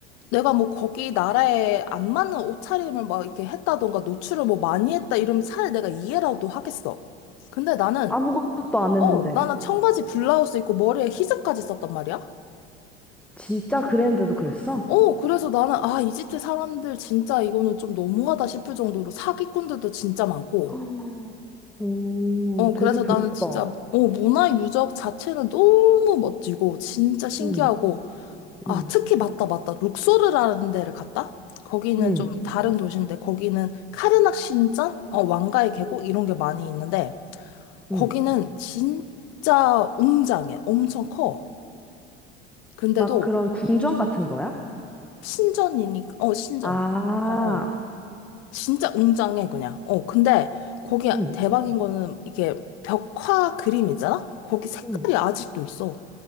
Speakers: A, on the left (about 50°); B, in the centre.
A: 내가 뭐 거기 나라에 안 맞는 옷차림을 막 이렇게 했다던가 노출을 뭐 많이 했다 이러면 차라리 내가 이해라도 하겠어. 근데 나는,
B: 아무것도 안 했는데
A: 어, 나는 청바지 블라우스 입고 머리에 히즈까지 썼단 말이야?
B: 진짜 그랬는데도 그랬어?
A: 어, 그래서 나는, 아, 이집트 사람들 진짜 이거는 좀 너무하다 싶을 정도로 사기꾼들도 진짜 많고,
B: 헉, 오
A: 어,
B: 되게
A: 그래서
B: 별로다
A: 나는 진짜, 어, 문화 유적 자체는 너무 멋지고, 진짜 신기하고,
B: 응
A: 아,
B: 응
A: 특히 맞다, 맞다. 룩소르라는 데를 갔다? 거기는
B: 응
A: 좀 다른 도시인데, 거기는 카르낙 신전? 어, 왕가의 계곡?
B: 응
A: 이런 게 많이 있는데, 거기는
B: 응.
A: 진짜 웅장해. 엄청 커. 근데도
B: 막 그런 궁전 같은 거야?
A: 신전이니까, 어, 신전.
B: 아,
A: 어, 어. 진짜 웅장해, 그냥. 어, 근데 거기
B: 응,
A: 대박인 거는 이게 벽화 그림 있잖아? 거기 색깔이
B: 응.
A: 아직도 있어.